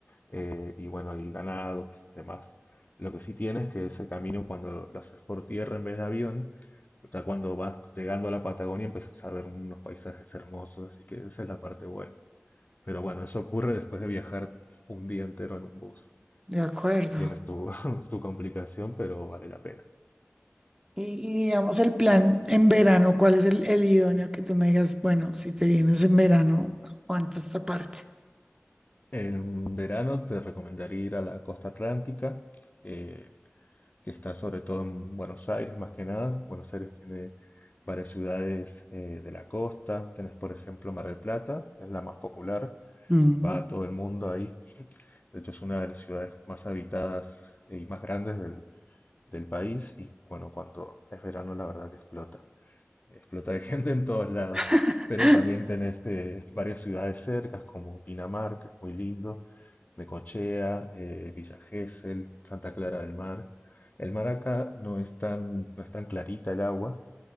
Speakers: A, on the left; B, on the right.
A: eh, y bueno, hay ganados, demás. Lo que sí tiene es que ese camino cuando lo haces por tierra en vez de avión, o sea, cuando vas llegando a la Patagonia empiezas a ver unos paisajes hermosos, así que esa es la parte buena. Pero bueno, eso ocurre después de viajar un día entero en un bus
B: de acuerdo.
A: tiene su, <laughs> su complicación, pero vale la pena.
B: Y, y digamos, el plan en verano, ¿cuál es el, el idóneo que tú me digas? Bueno, si te vienes en verano, aguanta esta parte.
A: En verano te recomendaría ir a la costa atlántica, eh, que está sobre todo en Buenos Aires más que nada. Buenos Aires tiene varias ciudades eh, de la costa. Tenés, por ejemplo, Mar del Plata, es la más popular,
B: Mm,
A: va a todo el mundo ahí. De hecho, es una de las ciudades más habitadas y más grandes del, del país y bueno, cuando es verano la verdad que explota. Explota de <laughs> gente en todos lados,
B: <laughs>
A: pero también tenés eh, varias ciudades cercas como Pinamar, que es muy lindo, Necochea, eh, Villa Gesell, Santa Clara del Mar. El mar acá no es tan, no es tan clarita el agua,